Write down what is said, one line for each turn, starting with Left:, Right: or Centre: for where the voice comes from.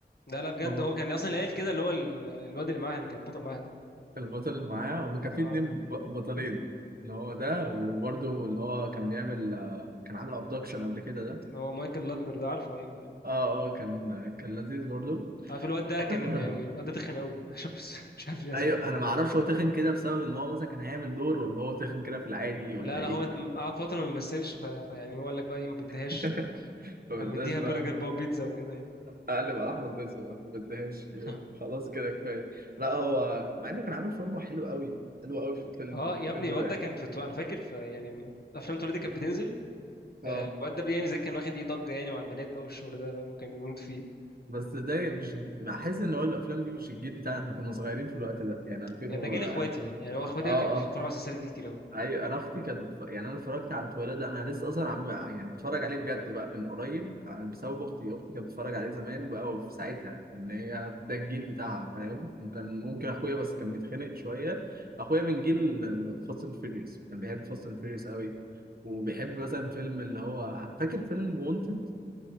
Left: لا لا بجد
Right: هو
Left: هو كان اصلا قايل كده اللي هو ال- الواد اللي معاها اللي كان بطل معاها ده
Right: البطل اللي معاه هو كان
Left: آه.
Right: في اتنين ب- بطلين اللي هو ده وبرده اللي هو كان بيعمل آه، كان عامل ابدكشن قبل كده ده
Left: هو مايكل لاتنر ده عارفه ايوه ايوه
Right: اه اه كان كان لذيذ برضه
Left: عارف الواد ده
Right: <clears throat>
Left: كان يعني الواد ده تخن قوي <laughs> عشان بس مش عارف ليه يا
Right: ايوه
Left: صاحبي طلعت
Right: انا ما
Left: المعلومه
Right: اعرفش هو
Left: دي
Right: تخن كده بسبب ان هو مثلا كان هيعمل دور ولا هو تخن كده في العادي
Left: لا
Right: ولا
Left: لا
Right: ايه
Left: هو قعد فتره ما بيمثلش ف... فيعني هو قال لك بقى ايه ما بديهاش
Right: <laughs>
Left: فاهم
Right: ما بدناش
Left: قام مديها
Right: بقى
Left: برجر بقى وبيتزا وكده يعني
Right: اقلب على احمد رزق بقى ما بديهاش
Left: <laughs>
Right: خلاص كده كفايه لا هو مع انه كان عامل فورمه حلو قوي حلو قوي في الفيلم
Left: اه
Right: في
Left: يا
Right: الفيلم
Left: ابني الواد
Right: ده يعني
Left: ده كان في انا فاكر في يعني لما افلام توليدي كانت بتنزل
Right: اه
Left: آه، الواد ده بيعمل زي كان واخد ايه ضجه يعني مع البنات بقى والشغل ده فاهم كان بيموت فيه
Right: بس ده مش بحس ان هو الافلام دي مش الجيل بتاعنا احنا كنا صغيرين في الوقت ده يعني 2000
Left: يعني
Right: و
Left: ده جيل
Right: اه
Left: اخواتي يعني هو اخواتي
Right: اه
Left: كان بيتفرجوا على السلسله دي كتير قوي
Right: ايوه انا اختي كانت بتف... يعني انا اتفرجت على التواليت ده انا لسه اصلا عم... يعني بتفرج عليه بجد بقى من قريب عن- بسبب اختي اختي كانت بتتفرج عليه زمان بقى وفي ساعتها ان هي ده الجيل بتاعها فاهم وكان ممكن اخويا بس كان بيتخنق شويه اخويا من جيل فاست اند فيريوس كان بيحب فاست اند فيريوس قوي وبيحب مثلا فيلم اللي هو فاكر فيلم وونتد